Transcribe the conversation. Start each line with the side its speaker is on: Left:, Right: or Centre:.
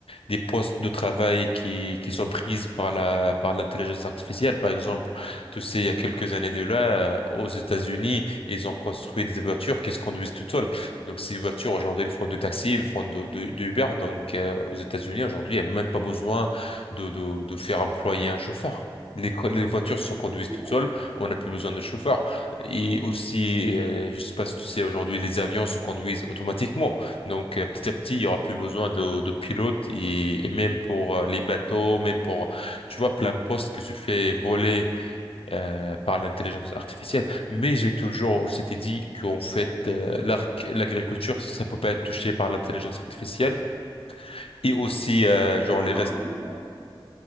Left: des postes de travail qui, qui sont prises par la, par l'intelligence artificielle. Par exemple, tu sais, il y a quelques années de là, euh, aux États-Unis, ils ont construit des voitures qui se conduisent toutes seules. Donc, ces voitures, aujourd'hui, elles font de taxi, elles font de, de, de Uber. Donc, euh, aux États-Unis, aujourd'hui, il n'y a même pas besoin de, de, de faire employer un chauffeur. Les, co- les voitures se conduisent
Right: C'est
Left: toutes
Right: ça.
Left: seules, on n'a plus besoin de chauffeur. Et aussi, euh, je sais pas si tu sais, aujourd'hui, les avions se conduisent automatiquement. Donc euh, petit à petit, il y aura plus besoin de, de pilotes et, et même pour euh, les bateaux, même pour, tu vois, plein de postes que se fait voler euh, par l'intelligence artificielle. Mais j'ai toujours s'était dit qu'en fait, euh, l'agric- l'agriculture, ça peut pas être touché par l'intelligence artificielle. Et aussi, euh, genre les
Right: C'est pas
Left: restes,
Right: possible, ça.